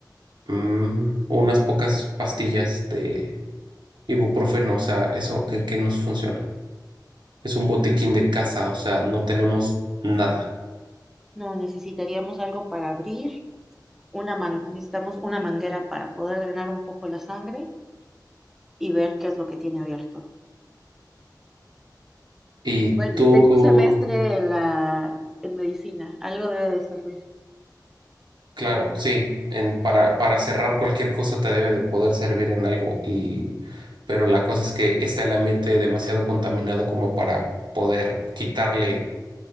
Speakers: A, on the right (about 85°); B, in the centre.
A: mm, unas pocas pastillas de ibuprofeno, o sea, eso en qué nos funciona. Es un botiquín de casa, o sea, no tenemos nada.
B: No, necesitaríamos algo para abrir, una man- necesitamos una manguera para poder drenar un poco la sangre y ver qué es lo que tiene abierto.
A: ¿Y
B: Bueno,
A: Oh,
B: tengo
A: tú
B: un semestre en la, en medicina, algo debe de servir.
A: Claro, sí, en- para, para cerrar cualquier cosa te debe de poder servir en algo y pero la cosa es que está el ambiente demasiado contaminado como para poder quitarle